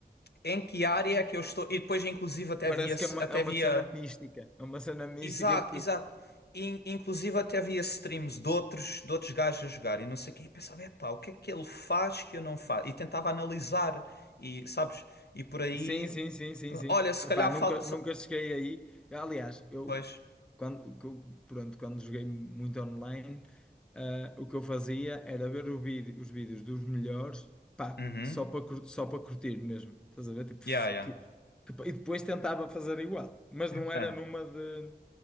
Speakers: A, on the left; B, in the centre.
A: em que área é que eu estou, e depois inclusive até
B: parece
A: havia
B: que é uma,
A: até
B: é uma
A: havia
B: cena mística, é uma cena mística
A: exato,
B: que
A: exato, In- inclusive até havia streams de outros, de outros gajos a jogarem, não sei o quê, e pensava, epá, o que é que ele faz que eu não faço? E tentava analisar, e sabes, e por aí,
B: Sim, sim, sim, sim,
A: pronto.
B: sim.
A: Olha, se
B: Epá,
A: calhar,
B: nunca,
A: fal- se-
B: nunca cheguei aí. Eu, aliás, eu
A: pois,
B: quando, que eu- pronto, quando joguei muito online, ah, o que eu fazia era ver o vídeo- os vídeos dos melhores, pá,
A: uhum,
B: só para cur- só para curtir mesmo. Estás a ver? Tipo,
A: yeah,
B: f-
A: yeah,
B: que- que- e depois tentava fazer igual, mas não era
A: Ah,
B: numa de,